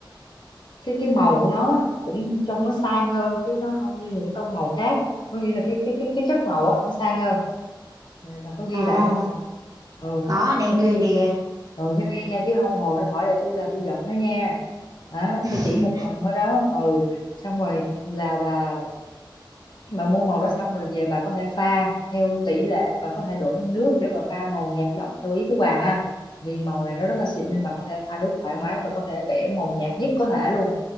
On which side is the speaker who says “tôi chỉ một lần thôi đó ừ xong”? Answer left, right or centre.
Left